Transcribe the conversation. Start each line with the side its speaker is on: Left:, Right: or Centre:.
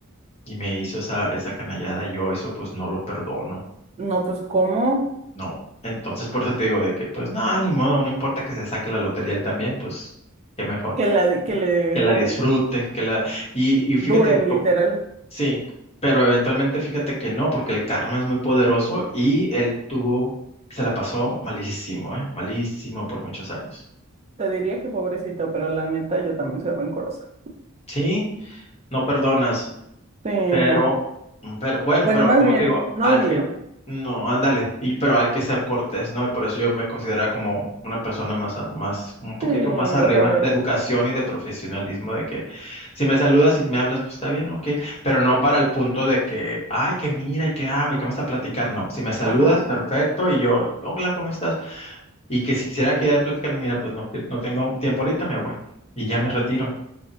Left: y me hizo esa, esa canallada y yo eso pues no lo perdono,
Right: No, pues ¿cómo?
Left: no. Entonces por eso te digo de que pues no, ni modo, no importa que se saque la lotería él también, pues qué mejor,
Right: Que la, que le
Left: que
Right: dure.
Left: la disfrute, que la... Y, y fíjate,
Right: Duren,
Left: co-
Right: literal.
Left: sí, pero eventualmente fíjate que no, porque el karma es muy poderoso y él tuvo, se la pasó malísimo, ¿eh? Malísimo por muchos años.
Right: Te diría que pobrecito, pero la neta yo también soy rencorosa.
Left: Sí, no perdonas.
Right: Sí,
Left: Pero,
Right: no.
Left: mm, pero bueno,
Right: Bueno,
Left: pero
Right: Bueno, más
Left: como
Right: bien,
Left: te digo,
Right: no
Left: al
Right: olvido.
Left: fin, no, ándale y, pero hay que ser cortés, ¿no? Y por eso yo me considero como una persona más, a- más, como un poquito
Right: Sí,
Left: más arriba
Right: o sea,
Left: de educación y de profesionalismo, de que si me saludas y me hablas, pues está bien, ok, pero no para el punto de que, ay, que mira y que, ah, que vamos a platicar, no, si me saludas,
Right: ajá, ajá.
Left: perfecto, y yo, hola, ¿cómo estás? Y que si quisiera quedar platicando, mira, pues no, que no tengo tiempo ahorita, me voy y ya me retiro.